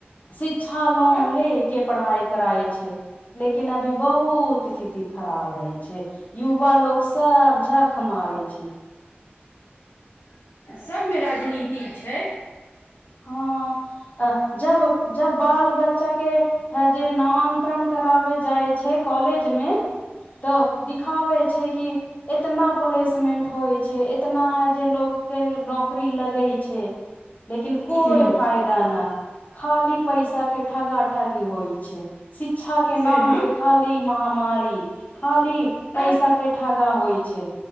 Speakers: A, on the left (about 40°); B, on the left (about 65°).
A: अच्छा लोन
B: तऽ
A: ले के पढ़ाइ कराए छै लेकिन अभी बहुत स्थिति खराब रहै छै यू यवा लोक सब झख मारे छै
B: सबमे राजनीति छै
A: हँ त जब जब बाल बच्चा के हे जे नाम नामांकन कराबे जाइ छै कॉलेज मे तऽ तब दिखाबै छै कि एतना प्लेसमेंट होइ छै छै इतना है जे लोग के नौकरी लगे छै लेकिन कोइ
B: ह
A: फायदा न खाली पैसा के ठगा ठगी होइ छै शिक्षा के नाम
B: से ने
A: पे खाली मह मारि खाली पैसा
B: तऽ
A: के ठगा होइ छै